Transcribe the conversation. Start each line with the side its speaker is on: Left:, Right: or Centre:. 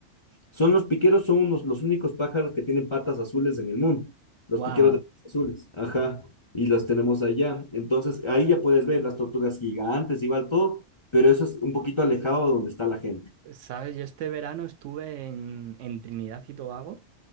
Left: Son los piqueros, son unos, los únicos pájaros que tienen patas azules en el mundo. Los
Right: ¡Wow!
Left: piqueros de patas azules. Ajá. Y los tenemos allá. Entonces, ahí ya puedes ver las tortugas gigantes, igual todo, pero eso es un poquito alejado de donde está la gente.
Right: ¿Sabes? Yo este verano estuve en, en Trinidad y Tobago